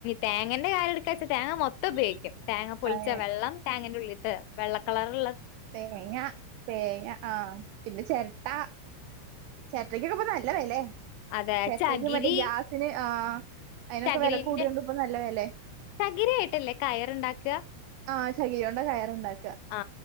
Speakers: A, on the left (about 85°); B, on the right (about 90°).
A: തേങ്ങന്റെ കാല എടുക്കാച്ചാ തേങ്ങ മൊത്തം ഉപയോഗും തേങ്ങ പൊളിച്ച
B: അതെ
A: വെള്ളം തങ്ങേ് ഉള്ള ് വെള്ളക്കളറ ഉള്ള
B: തേങ്ങ തേങ്ങ ആഹ പിന്നെ ചിരട്ട <unintelligible> നല്ല വെലെ
A: അതെ
B: ചേര്റ്റക്ക്
A: ചകിരി
B: മറ്റേ ഗ്യാസിന് ആ.. അയിനൊക്കെ
A: ചകിരിന്റെ
B: വെല കൂടിയോണ്ട് ഇപ്പൊ നല്ല വേലെ.
A: ചകിരിയായിട്ടല്ലേ കയറുണ്ടാക്കുക
B: ആ.. ചകിരിയോണ്ട കയറ്ണ്ടാക്കാ.
A: ആ